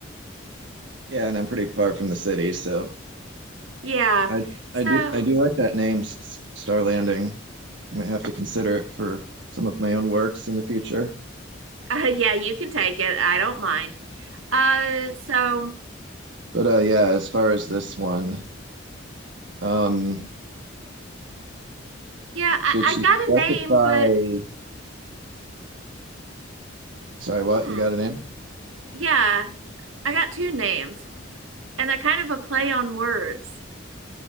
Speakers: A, on the right; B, on the right.
A: yeah. And I'm pretty far from the city, so
B: Yeah.
A: I
B: So,
A: I do I do like that name, S- Star Landing. I might have to consider it for some of my own works in the future.
B: <laughs> uh, yeah, you can take it. I don't mind. Uh, so
A: But uh, yeah, as far as this one, um,
B: yeah, I,
A: did she
B: I got a
A: specify?
B: name, but
A: Sorry, what?
B: hmm,
A: You got a name?
B: yeah, I got two names, and they're kind of a play on words.